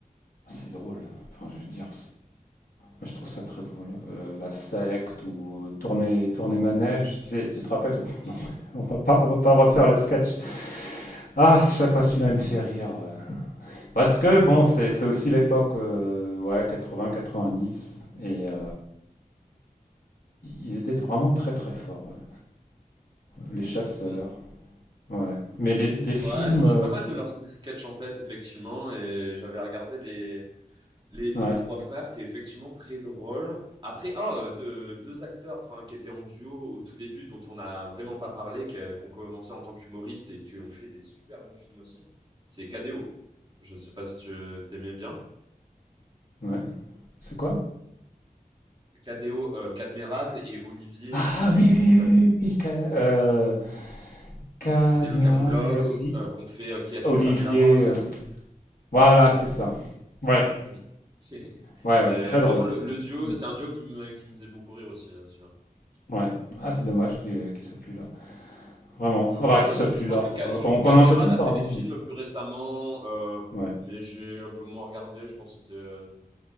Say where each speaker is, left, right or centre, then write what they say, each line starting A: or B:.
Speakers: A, on the left; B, on the right.
A: c'est drôle. Enfin, je veux dire, Moi, je trouve ça très drôle. euh, la secte ou euh, tourner, tourner manège. Tu sais, tu te rappelles?
B: Hmm.
A: Non, <laughs> on va pas, on va pas refaire le sketch. Ah, chaque fois celui-là, il me fait rire. euh.
B: <laughs>
A: Parce que bon, c'est c'est aussi l'époque, euh, ouais, quatre-vingts, quatre-vingt-dix Et euh, ils étaient vraiment très, très forts. euh, Les chasseurs.
B: Mm.
A: Ouais. Mais les, les
B: Ouais,
A: films.
B: non,
A: euh,
B: j'ai pas mal de leurs sketchs en tête, effectivement, et j'avais regardé les... Les,
A: ouais,
B: les trois frères, qui est effectivement très drôle. Après, ah, euh, deux, deux acteurs, enfin, qui étaient en duo au tout début, dont on n'a vraiment pas parlé, qui, ont commencé en tant qu'humoristes et qui ont fait des super bons films aussi, c'est Cadéo. Je sais pas si tu t'aimais bien.
A: ouais. C'est quoi?
B: Cadéo, euh, Cadmerad et Olivier,
A: Ah
B: je sais plus son
A: oui, oui,
B: nom
A: oui,
B: de famille,
A: oui, oui. oui, Ca- euh, Cadmerade
B: qui faisait le Camoulox,
A: et Oli-
B: euh, qu'on fait euh, Qui a tué
A: Olivier.
B: Pamela Ross.
A: euh, Voilà, c'est ça. Ouais,
B: Mm. <laughs>
A: ouais,
B: C'est
A: ouais, très
B: vraiment
A: drôle.
B: le, le duo,
A: Mm.
B: c'est un duo qui me, qui me faisait beaucoup rire aussi, euh, celui-là.
A: Ouais. Ah, c'est dommage qu'il qu'il soit plus là. Vraiment.
B: Euh,
A: Enfin,
B: bah,
A: qu'il soit
B: je,
A: plus
B: je crois
A: là.
B: que Ka-
A: euh,
B: surtout
A: qu'on qu'on n'entend
B: Merad
A: plus
B: a
A: parler.
B: fait des films plus récemment, euh,
A: Ouais,
B: mais j'ai un peu moins regardé. Je pense que c'était. euh,